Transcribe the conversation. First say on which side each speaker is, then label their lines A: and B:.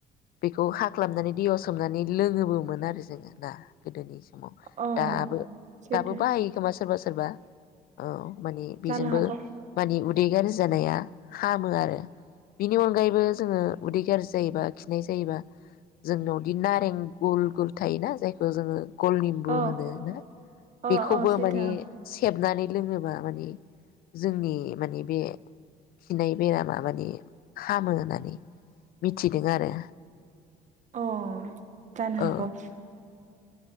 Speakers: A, on the left; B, on the right.
A: बेखौ हाख्लानानै दैयाव सोमनानै लोङोबोमोन आरो जोङो ना गोदोनि सम
B: अ
A: दाबो
B: सैथो
A: दाबो बाहायो खोमा सोरबा सोर सोरबा औ माने बेजोंबो
B: जानो हागौ
A: मानि उदै गाज्रि जानाया हामो आरो बिनि अनगायैबो जोङो उदै गाज्रि जायोबा खिनाय जायोबा। जोंनावदि गल गल थायोना? जायखौ जोङो गल निमु
B: औ
A: होनो
B: अ
A: बेखौबो
B: अ सैथो
A: मानि सेबनानै। लोङोबा मानि जोंनि मानि बे खिनाय बेरामा माने हामो होननानै मिथिदों आरो।
B: अ। जानो
A: ओ
B: हागौ। <inaudible>